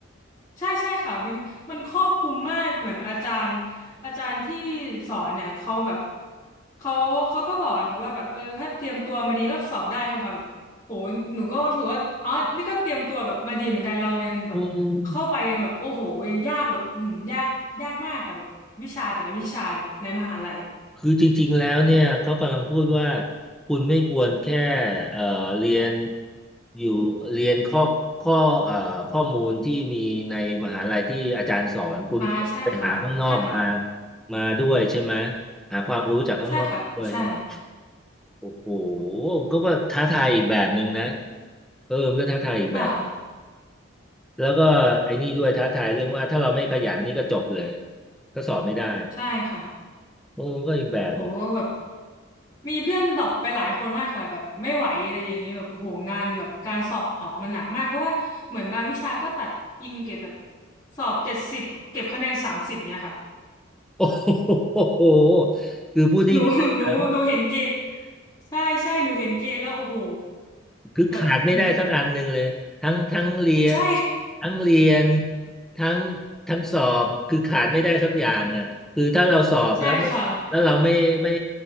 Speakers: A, on the left; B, in the centre.
A: ใช่ใช่ค่ะมันมันครอบคลุมมากเหมือนอาจารย์อาจารย์ที่สอนเนี่ยเขาแบบเขาเขาก็บอกนะคะว่าแบบเออถ้าเตรียมตัวมาดีก็สอบได้ใช่ไหมคะแบบโหหนูก็รู้สึกว่าอ๋อนี่ก็เตรียมตัวแบบมาดีเหมือนกันเรายังแบบเข้าไปยังแบบโอ้โหยังยากแบบอืมยากยากมากค่ะแบบวิชาแต่ละวิชาเนี่ยในมหาลัย
B: อืม คือจริงๆ แล้วเนี่ยเขากำลังพูดว่าคุณไม่ควรแค่เอ่อเรียนอยู่เรียนข้อข้อเอ่อข้อมูลที่มีในมหาลัยที่อาจารย์สอนคุณไปหาข้างนอกมา
A: อ่าใช่ค่ะใช่ค่ะ
B: มาด้วยใช่ไหมหาความรู้จากข้างนอกด้วยใช่ไหม
A: ใช่ค่ะใช่
B: โอ้โหก็ว่าท้าทายอีกแบบหนึ่งนะเออมันก็ท้าทายอีกแบบ
A: อ่า
B: แล้วก็ไอ้นี่ด้วยท้าทายเรื่องว่าถ้าเราไม่ขยันนี่ก็จบเลยก็สอบไม่ได้
A: ใช่ค่ะ
B: โอ้ก็อีกแบบ
A: โห มีเพื่อนดรอปไปหลายคนมากค่ะแบบไม่ไหวอะไรอย่างเงี้ยแบบโอ้โหงานแบบการสอบมันหนักมากเพราะว่าเหมือนบางวิชาก็ตัดอิงเกรดแบบสอบเจ็ดสิบเก็บคะแนนสามสิบเนี้ยค่ะ
B: โอ้โหคือพูดง่ายๆอะ
A: <laughs> หนูหนูหนูเห็นเกณฑ์ใช่ใช่หนูเห็นเกณฑ์แล้วโอ้โห
B: คือขาดไม่ได้สักอันหนึ่งเลยทั้งทั้งเรียน
A: แบบอืมใช่
B: ทั้งเรียนทั้งทั้งสอบคือขาดไม่ได้สักอย่างอ่ะคือถ้าเราสอบแล้วไม่แล้วเราไม่ไม่
A: <laughs> ใช่ค่ะ